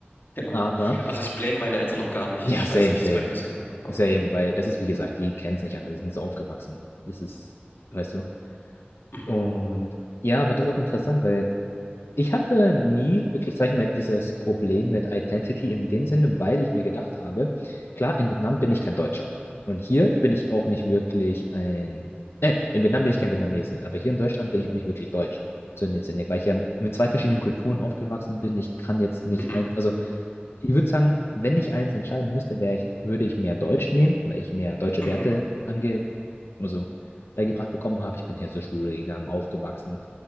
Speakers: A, on the left; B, on the left.
A: genau.
B: Aber
A: Also ich blame meine Eltern noch gar nicht.
B: ja,
A: Ich
B: same,
A: weiß nicht,
B: same,
A: wie es bei dir aussieht, aber okay.
B: same, weil das ist, wie gesagt, die kennen es nicht anders, die sind so aufgewachsen. Das ist, weißt du.
A: Mhm,
B: Und ja, aber das ist auch interessant, weil. Ich hatte nie wirklich, sag ich mal, dieses Problem mit Identity in dem Sinne, weil ich mir gedacht habe, klar, in Vietnam bin ich kein Deutscher. Und hier bin ich auch nicht wirklich ein. Äh, in Vietnam bin ich kein Vietnamese, aber hier in Deutschland bin ich auch nicht wirklich Deutsch. So in dem Sinne, weil ich ja mit zwei verschiedenen Kulturen aufgewachsen bin. Ich kann jetzt nicht
A: mhm,
B: eins. Also, ich würde sagen, wenn ich eins entscheiden müsste, wär ich, würde ich mehr Deutsch nehmen, weil ich mehr deutsche
A: mhm.
B: Werte ange, also, beigebracht bekommen habe. Ich bin hier zur Schule gegangen, aufgewachsen.